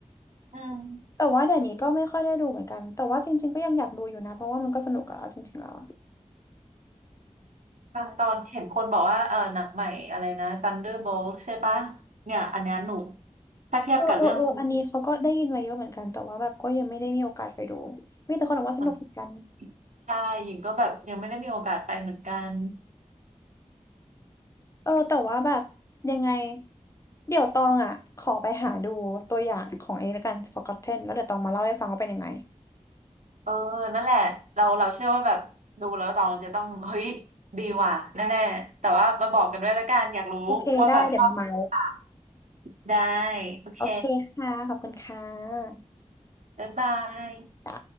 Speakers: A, on the right (about 80°); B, on the left (about 25°).
A: อืม
B: แต่ว่าเดี๋ยวนี้ก็ไม่ค่อยได้ดูเหมือนกันแต่ว่าจริงๆก็ยังอยากดูอยู่นะเพราะว่ามันก็สนุกอะเอาจริงๆแล้วอะ
A: บางตอนเห็นคนบอกว่าเออหนังใหม่อะไรนะ Thunderbolt ใช่ปะเนี่ยอันเนี้ยหนุกถ้าเทียบกับเรื่อง
B: เออเออเอออันนี้เขาก็ได้ยินมาเยอะเหมือนกันแต่ว่าแบบก็ยังไม่ได้มีโอกาสไปดูมีแต่คนบอกว่าสนุกเหมือนกัน
A: ของชายหญิงก็แบบยังไม่ได้มีโอกาสไปเหมือนกัน
B: เออแต่ว่าแบบยังไงเดี๋ยวตองอ่ะขอไปหาดูตัวอย่างของไอ้นี่แล้วกัน Forgotten แล้วเดี๋ยวตองมาเล่าให้ฟังว่าเป็นยังไง
A: เออ นั่นแหละ เราเราเชื่อว่าแบบดูแล้วตองจะต้องเฮ้ยดีว่ะแน่ๆแต่ว่ามาบอกกันด้วยละกันอยากรู้ว่าแบบชอบหรือเปล่า
B: โอเคได้เดี๋ยวมาเมา
A: ได้โอเค
B: โอเคค่ะขอบคุณค่ะ
A: บ๊ายบาย
B: จ้ะ